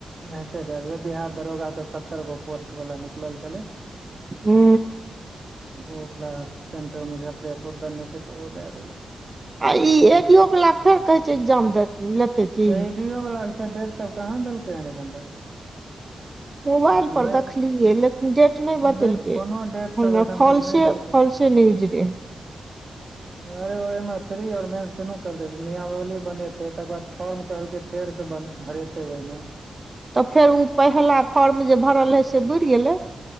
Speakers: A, on the right; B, on the right.
A: ओनाहिते तऽ बिहार दरोगाके सत्तर गो पोस्ट वला निकलल छलै ने
B: हू
A: ओहो वला सेंटर मुजफ्फरपुर देने छै तऽओ दै दबै
B: आ ई ए डी ओ वला फेर कहे छै एग्जाम
A: <inaudible>
B: लेतै की
A: ए डि इ यो वला कऽ फेर डेढ़ सब कहाँ देलकै हन एखन तक
B: मोबाइल पर
A: नहि
B: देखलियै लेकिन डेट नै बतेलकै
A: नहि कोनो
B: हओ
A: डेट सब
B: ना
A: एखन
B: फलसे
A: तक नहि देलकै
B: फलसे न्यूज रहे
A: है ओमे प्री और मेंस दुनू करतेे नियमावली बनेते तकर बाद फॉर्म कहलके फेर से भरेते तै ओइम
B: तऽ फेर उ पहिला फॉर्म जे भरल रहै से बुर गेलै